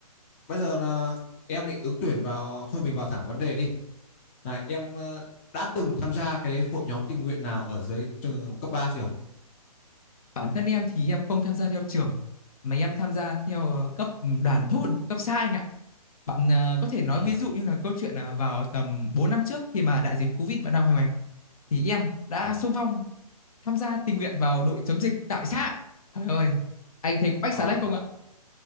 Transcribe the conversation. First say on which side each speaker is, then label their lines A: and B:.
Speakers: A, on the left; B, on the left.
A: bây giờ là em định ứng tuyển vào, thôi mình vào thẳng vấn đề đi. Này, em ờ, đã từng tham gia cái hội nhóm tình nguyện nào ở dưới trường cấp 3 chưa?
B: Bản thân em thì em không tham gia theo trường mà em tham gia theo ờ, cấp đoàn thôn, cấp xã anh ạ. Bạn à, có thể nói
A: À,
B: ví dụ như là câu chuyện à, vào tầm 4 năm trước khi mà đại dịch Covid vẫn đang hoành hành thì em đã
A: ừ.
B: xung phong tham gia tình nguyện vào đội chống dịch tại xã. Trời ơi, anh thấy có ách
A: à,
B: xá lách không ạ?